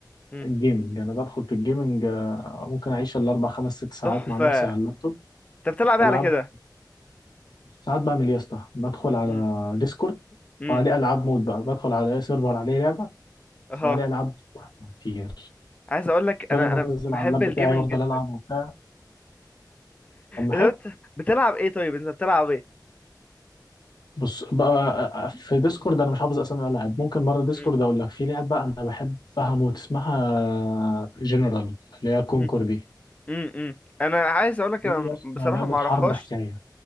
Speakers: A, on the left (about 20°); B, on the left (about 65°).
A: مم.
B: الجيمنج انا بدخل في الجيمنج آه ممكن اعيش الاربع خمس ست ساعات
A: تحفه
B: مع نفسي على اللابتوب
A: انت بتلعب
B: بلعب
A: ايه على كده
B: ساعات بعمل إيه يا اسطى بدخل على
A: مم.
B: ديسكورد
A: مم.
B: وعليه العاب مود بقى بدخل على اي سيرفر عليه لعبه
A: اها
B: وعليه العاب كتير
A: عايز اقول لك
B: بدل
A: انا
B: ما
A: انا
B: انزل
A: بحب
B: على اللاب
A: الجيمنج
B: بتاعي وافضل
A: جدا
B: العب وبتاع طب ما
A: انت
B: حلو
A: بت- بتلعب ايه طيب انت بتلعب ايه
B: بص بقى في ديسكورد انا مش حافظ اسامي الالعاب ممكن مره ديسكورد
A: مم.
B: اقول لك في لعبه انا بحبها موت اسمها جنرال اللي هي كونكور
A: مم.
B: دي
A: مم. مم. انا عايز اقول لك
B: دي
A: انا
B: اسمها
A: بصراحه
B: لعبه
A: ما اعرفهاش
B: حرب حكايه